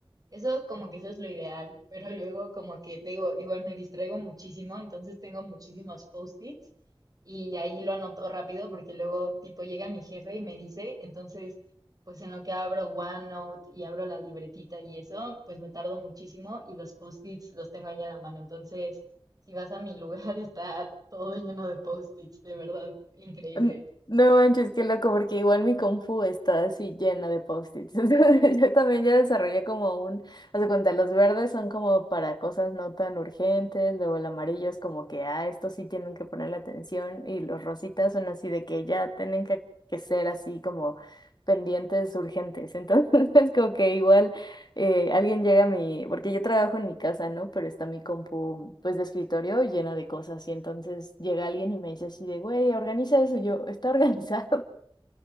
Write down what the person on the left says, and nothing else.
N- No manches, qué loco, porque igual mi Confu está así llena de post-its. <laughs> Entonces, yo también ya desarrollé como un, haz de cuenta, los verdes son como para cosas no tan urgentes, luego el amarillo es como que, ah, esto sí tienen que ponerle atención, y los rositas son así de que ya tienen que, que ser así como pendientes urgentes. Entonces, <laughs> es como que igual. eh, alguien llega a mi, porque yo trabajo en mi casa, ¿no? Pero está mi compu, pues, de escritorio llena de cosas. Y entonces llega alguien y me dice así de, güey, organiza eso. Y yo, está organizado.